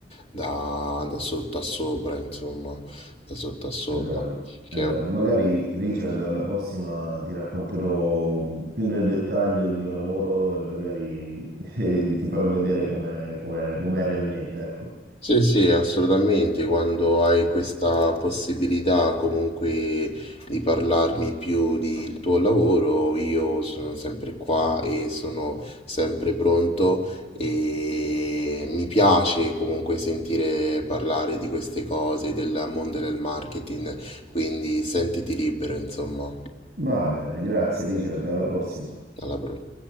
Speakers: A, on the left; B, on the right.
A: da, da sotto a sopra, insomma, da sotto a sopra.
B: È vero, è
A: Che...
B: vero. Magari Richard, alla prossima ti racconterò più nel dettaglio il mio lavoro e magari <laughs> eh, ti farò vedere com'è com'è- com'è realmente, ecco.
A: Sì, sì, assolutamente, quando hai questa possibilità comunque di parlarmi più del tuo lavoro, io sono sempre qua e sono sempre pronto e mi piace comunque sentire parlare di queste cose, del mondo del marketing, quindi sentiti libero, insomma,
B: Va bene, grazie Richard, alla prossima.
A: alla prossima.